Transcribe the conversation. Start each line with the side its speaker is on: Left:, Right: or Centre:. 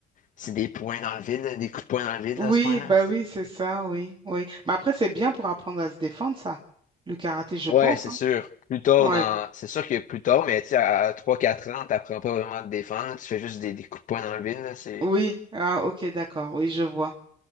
Left: c'est des points dans le vide, là, des coups de poing dans le vide,
Right: oui,
Left: là, à ce point-là.
Right: bah oui, c'est ça, oui, oui. Mais après, c'est bien pour apprendre à se défendre, ça, le karaté, je
Left: Ouais,
Right: pense,
Left: c'est
Right: hein.
Left: sûr. Plus tard
Right: Ouais,
Left: dans, c'est sûr que plus tard, mais tu sais, à trois quatre ans, t'apprends pas vraiment à te défendre, tu fais juste des, des coups de poing dans le vide, là, c'est...
Right: oui, ah, ok, d'accord, oui, je vois.